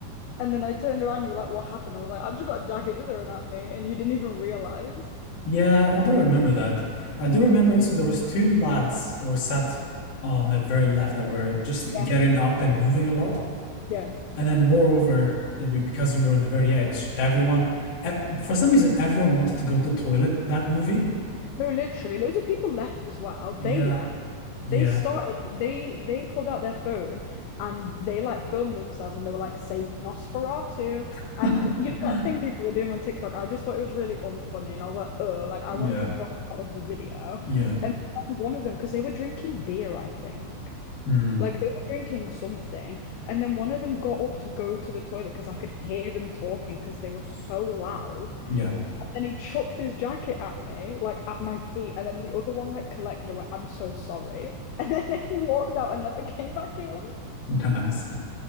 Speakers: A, on the left; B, on the left.
A: And then I turned around, you were like, what happened? I was like, I just got a jacket thrown at me. And you didn't even realize.
B: Yeah, I do remember that. I do remember, so there was two lads that were sat on the very left that were just
A: Yeah.
B: getting up and moving a lot.
A: Yeah.
B: And then moreover, uh, we because we were on the very edge, everyone e- for some reason everyone wanted to go to the toilet that movie.
A: No, literally, loads of people left as well. They
B: Yeah,
A: left.
B: yeah.
A: They Yeah. started. They they pulled out their phone and they like filmed themselves and they were like saying Nosferatu
B: <laughs>
A: and you know that thing people were doing on TikTok. I just thought it was really unfunny and I was like, oh, like I
B: Yeah,
A: wanted to duck out of the video.
B: yeah.
A: And then one of them, because they were drinking beer, I think.
B: Mm,
A: Like they were drinking something, and then one of them got up to go to the toilet because I could hear them talking because they were so loud.
B: yeah,
A: Then he chucked his jacket at me, like at my feet, and then the other one like collected and went, I'm so sorry. And then <laughs> he walked out and never came back in.
B: <laughs> nice.